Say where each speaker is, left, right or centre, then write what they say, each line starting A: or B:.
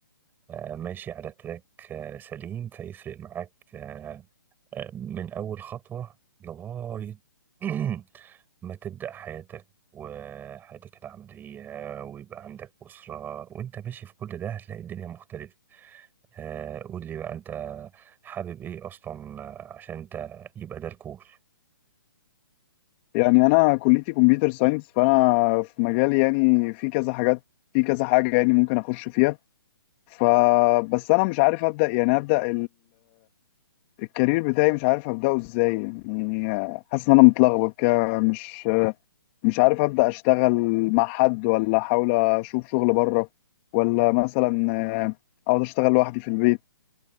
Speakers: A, on the right; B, on the left.
A: آه، ماشي على تراك آه، سليم فيفرق معاك آه، من أول خطوة لغاية <clears throat> ما تبدأ حياتك وحياتك العملية ويبقى عندك أسرة وأنت ماشي في كل ده هتلاقي الدنيا مختلفة آه، قول لي بقى أنت حابب إيه أصلا عشان أنت يبقى ده الكور
B: يعني أنا كليتي كمبيوتر ساينس فأنا في مجالي يعني في كذا حاجات في كذا حاجة يعني ممكن أخش فيها فبس أنا مش عارف أبدأ يعني أبدأ الكارير بتاعي مش عارف ابداه ازاي يعني آه، حاسس ان انا متلخبط كده مش مش عارف ابدا اشتغل مع حد ولا احاول اشوف شغل بره ولا مثلا آه، اقعد اشتغل لوحدي في البيت